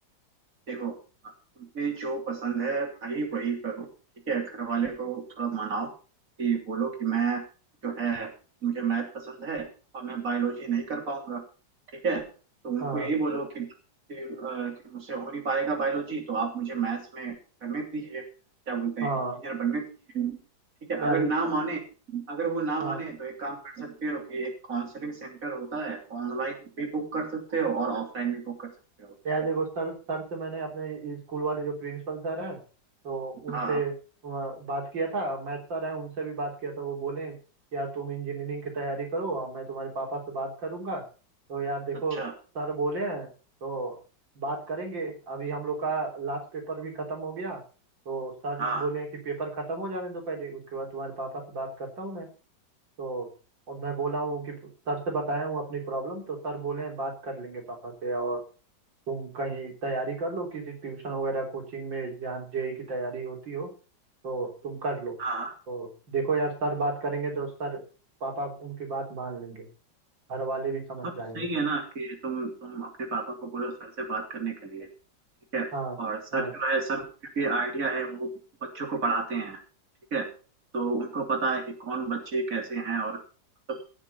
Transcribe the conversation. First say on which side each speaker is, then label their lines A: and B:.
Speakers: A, on the right; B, on the right.
A: देखो तुम्हें जो पसंद है भाई वही करो ठीक है घर वाले को थोड़ा मनाओ कि बोलो कि मैं जो है मुझे मैथ पसंद है और मैं बायोलॉजी नहीं कर पाऊंगा ठीक है तो उनको
B: हाँ
A: यही बोलो कि, कि, अ, कि मुझसे हो नहीं पाएगा बायोलॉजी तो आप मुझे मैथ्स में करने दीजिए क्या बोलते
B: हाँ
A: हैं इंजीनियर बनने दीजिए ठीक है
B: यार
A: अगर ना माने अगर वो ना
B: हाँ
A: माने तो एक काम कर सकते हो कि एक काउंसलिंग सेंटर होता है ऑनलाइन भी बुक कर सकते हो और ऑफलाइन भी बुक कर सकते हो ठीक
B: यार
A: है
B: देखो सर सर से मैंने अपने स्कूल वाले जो प्रिंसिपल सर हैं तो उनसे
A: हाँ
B: अ, बात किया था मैथ सर हैं उनसे भी बात किया था वो बोले कि यार तुम इंजीनियरिंग की तैयारी करो और मैं तुम्हारे पापा से बात करूंगा तो यार देखो
A: अच्छा
B: सर बोले हैं तो बात करेंगे अभी हम लोग का लास्ट पेपर भी खत्म हो गया तो सर
A: हाँ
B: बोले हैं कि पेपर खत्म हो जाने दो पहले उसके बाद तुम्हारे पापा से बात करता हूँ मैं तो और मैं बोला हूँ कि सर से बताया हूँ अपनी प्रॉब्लम तो सर बोले हैं बात कर लेंगे पापा से और तुम कहीं तैयारी कर लो किसी ट्यूशन वगैरह कोचिंग में जहाँ जेई की तैयारी होती हो तो तुम कर लो
A: हाँ
B: तो देखो यार सर बात करेंगे तो सर पापा उनकी बात मान लेंगे घर वाले भी समझ
A: हाँ तो
B: जाएंगे
A: सही है ना कि तुम तुम अपने पापा को बोलो सर से बात करने के लिए ठीक है
B: हाँ
A: और सर
B: हाँ
A: जो है सर को क्योंकि आइडिया है वो बच्चों को पढ़ाते हैं ठीक है तो उनको पता है कि कौन बच्चे कैसे हैं और मतलब-